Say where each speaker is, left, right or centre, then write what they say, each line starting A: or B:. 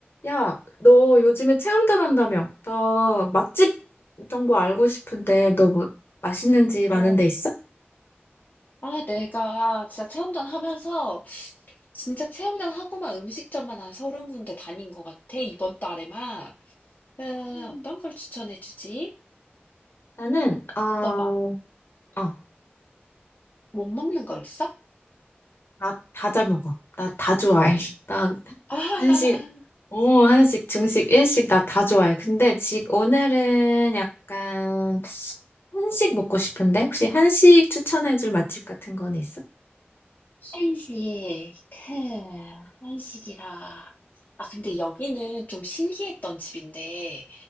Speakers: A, on the left; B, on the left.
A: 야, 너 요즘에 체험단 한다며? 나 맛집 정보 알고 싶은데 너 뭐 맛있는 집 아는
B: 어.
A: 데 있어?
B: 아 내가 진짜 체험전 하면서 진짜 체험전 하고만 음식점만 한 30 군데 다닌 것 같아. 이번 달에만. 음
A: 음.
B: 어떤 걸 추천해 주지?
A: 나는 어,
B: 너 봐
A: 어,
B: 못 먹는 거 있어?
A: 나 다 잘 먹어. 나 다 좋아해. <laughs> 나
B: <laughs> 아,
A: 한식, 어, 한식, 중식, 일식 나 다 좋아해. 근데 지 오늘은 약간 한식 먹고 싶은데 혹시 한식 추천해줄 맛집 같은 건 있어?
B: 한식. 흠, 한식이라. 아 근데 여기는 좀 신기했던 집인데